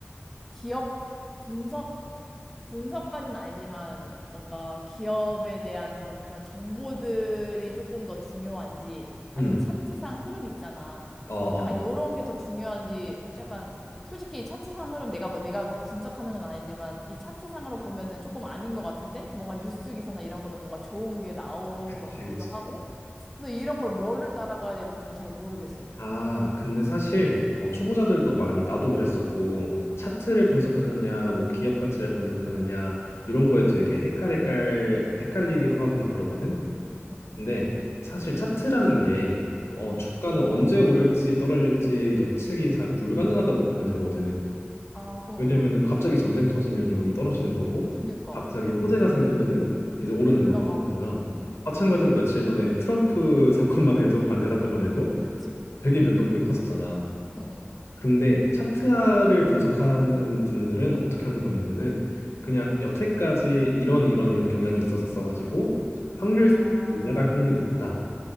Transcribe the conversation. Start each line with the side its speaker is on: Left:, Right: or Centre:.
Centre: 기업 분석, 분석까지는 아니지만 뭔가 기업에 대한 그런 정보들이 조금 더 중요한지 아니면
Left: 응.
Centre: 차트상 흐름 있잖아.
Left: 어, 어.
Centre: 약간
Left: 어.
Centre: 요런 게 더 중요한지 약간 솔직히 차트상 흐름 내가 뭐 내가 막 분석하는 건 아니지만 이 차트상으로 보면은 조금 아닌 것 같은데 뭔가 뉴스 기사나 이런 거는 뭔가 좋은 게 나오는
Left: 그치,
Centre: 것 같기도
Left: 그치.
Centre: 하고 그래서 이런 걸 뭐를 따라가야 될지 좀 잘 모르겠어.
Left: 아, 근데 사실 어, 초보자들도 많이 나도 그랬었고 차트를 분석하느냐, 뭐 기업 가치를 분석하느냐 이런 거에 되게 헷갈릴 헷갈리기도 하고 막 그러거든.
Centre: 응, 응, 응, 응,
Left: 근데 사실 차트라는 게 어,
Centre: 응.
Left: 주가는 언제 오를지 떨어질지 예측이 잘 불가능하다고 보면 되거든.
Centre: 아, 응,
Left: 왜냐면은
Centre: 응.
Left: 갑자기 전쟁 터지면 이거는 떨어지는 거고
Centre: 그니까,
Left: 갑자기
Centre: 어.
Left: 호재가 생기면은 이제 오르는
Centre: 올라가고.
Left: 거느라
Centre: 응, 응.
Left: 마찬가지로 며칠 전에 트럼프 사건만 해도 관세 사건만 해도
Centre: 그치.
Left: 되게
Centre: 어.
Left: 변동폭이 컸었잖아.
Centre: 응, 응,
Left: 근데 차트화를 분석하는 분들은 어떻게 하는 거냐면은 그냥
Centre: 응. 어.
Left: 여태까지 이런 이런 이런 경향이 있었어 가지고 확률상
Centre: 아,
Left: 올라갈 확률이 높다.